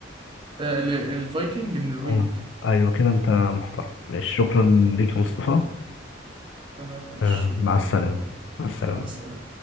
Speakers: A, on the right; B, on the left.
A: آه، ال- الفايكنج النرويج
B: اه ايوه كده انت محترم ماشي شكرا ليك يا مصطفى
A: تمام ماشي
B: آه.
A: شكرا
B: مع السلامة
A: يا عبد الرحمن
B: مع السلامة
A: مع السلامة